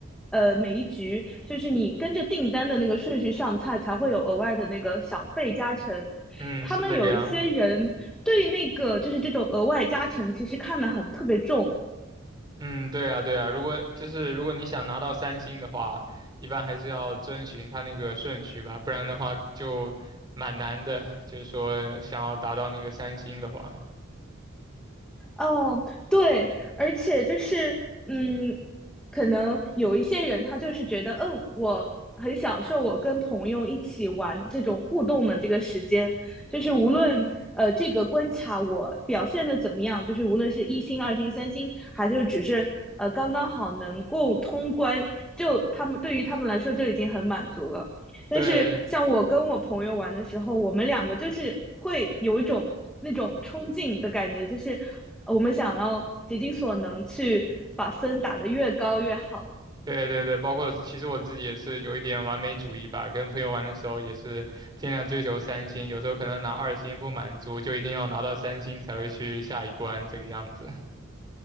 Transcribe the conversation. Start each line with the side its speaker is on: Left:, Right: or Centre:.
Centre: 呃，每一局就是你跟着订单的那个顺序上菜，才会有额外的那个小费加成。
Right: 嗯，
Centre: 他们有一些人对那个就是这种额外加成，
Right: 是这个样。
Centre: 其实看得很特别重，
Right: 嗯，对啊，对啊，如果就是如果你想拿到三星的话，一般还是要遵循它那个顺序吧，不然的话就蛮难的，就是说想要达到那个三星的话。
Centre: 哦，对，而且就是，嗯，可能有一些人他就是觉得，嗯，我很享受我跟朋友一起玩这种互动的这个时间，就是无论呃这个关卡我表现的怎么样，就是无论是一星、二星、三星，还是只是呃刚刚好能够通关，就他们对于他们来说就已经很满足了。但是像我跟我朋友玩的时候，
Right: 对
Centre: 我们两个就是会有一种那种冲劲的感觉，就是呃我们想要竭尽所能去把分打得越高越好。
Right: 对对对，包括其实我自己也是有一点完美主义吧，跟朋友玩的时候也是尽量追求三星，有时候可能拿二星不满足，就一定要拿到三星才会去下一关这个样子。